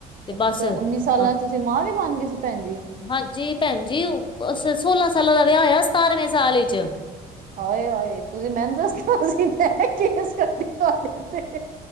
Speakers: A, on the left (about 30°); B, on the right (about 55°).
A: ਤੇ
B: ਅੱਛਾ
A: ਬਸ
B: ਉੱਨੀ ਸਾਲਾਂ
A: ਹਾਂ
B: ਚ ਤੁਸੀਂ ਮਾਂ ਵੀ ਬਣ ਗਏ ਸੀ ਭੈਣ ਜੀ
A: ਹਾਂਜੀ ਭੈਣ ਜੀ ਸੋਲਾਂ ਸਾਲਾਂ ਦਾ ਵਿਆਹ ਹੋਇਆ ਸਤਾਰਵੇਂ ਸਾਲ ਵਿਚ
B: ਹਾਏ ਹਾਏ ਤੁਸੀਂ ਮੈਨੂੰ ਦੱਸਣਾ ਸੀ ਮੈਂ ਕੇਸ ਕਰਦੀ ਤੁਹਾਡੇ ਤੇ